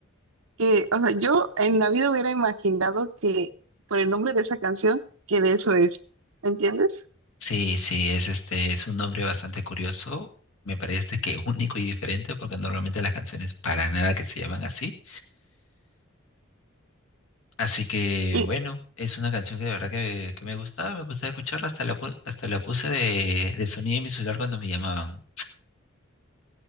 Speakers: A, on the right; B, on the left.
A: que, o sea, yo en la vida hubiera imaginado que por el nombre de esa canción, que de eso es, ¿me entiendes?
B: Sí, sí, es este, es un nombre bastante curioso. Me parece que <laughs> único y diferente porque normalmente las canciones para nada que se llaman así. Así que
A: Y,
B: bueno, es una canción que de verdad que, que me gustaba, me gustaba escucharla, hasta la, pu- hasta la puse de, de sonido en mi celular cuando me llamaban.